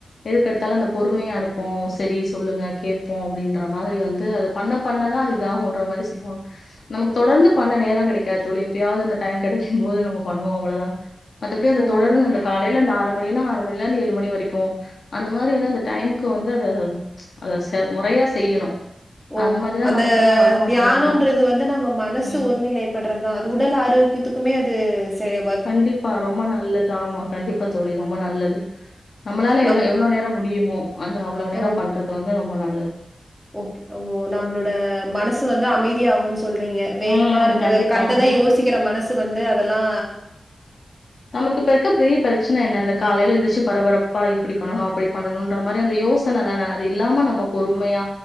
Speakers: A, on the left; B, in the centre.
A: எதுக்கெடுத்தாலும் அந்த பொறுமையா இருப்போம் சரி சொல்லுங்க கேட்போ அப்படின்ற மா மாதிரி வந்து அது பண்ண பண்ணதா இது ஆகும்ன்ற மாதிரி சொல்லுவாங்க நமக்கு தொடர்ந்து பண்ண நேரம் கிடைக்காது தோழி எப்பயாவது அந்த டைம் கிடைக்கும் போது நம்ம பண்ணுவோம் அவ்வளவுதா மத்தபடி அது
B: ஓ!
A: தொடர்ந்து அந்த காலையில அந்த ஆறு மணினா ஆறு மணில இருந்து ஏழு மணி வரைக்கும் அந்த மாதிரி அந்த டைமுக்கு வந்து அது அது முறையா செய்யணும்
B: ஓ
A: மாரிதான்
B: அந்த
A: நமக்குதான் வரமாட்டேங்குதுல
B: தியானம்ன்றது வந்து நம்ம மனசு
A: ம்
B: ஒரு நிலைப்படுறதுதா அது உடல் ஆரோக்கிய த்துக்குமே அது செய்
A: கண்டிப்பா ரொம்ப நல்லது ஆமா கண்டிப்பா தோழி ரொம்ப நல்லது நம்மளால
B: நம்
A: எ எவ்வளவு நேரம் முடியுமோ அந்த அவ்வளவு நேரம்
B: ஓ!
A: பண்றது வந்து ரொம்ப நல்லது
B: ஓகே ஒ நம்மளோட மனசு வந்து அமைதி ஆகும்னு சொல்றீங்க வேகமா
A: ம்.
B: இருக்குற
A: கண்டிப்பா.
B: கண்டத
A: ம்.
B: யோசிக்கிற மனசு வந்து அதெல்லா
A: நமக்குப்ப இருக்க பெரிய பிரச்சன என்ன அந்த காலையில எந்திரிச்சு பரபரப்பா அப்படி பண்ணணும் அப்படி பண்ணணும்ன்ற மாதிரி அந்த யோசன தானே அது இல்லாம நம்ம பொறுமையா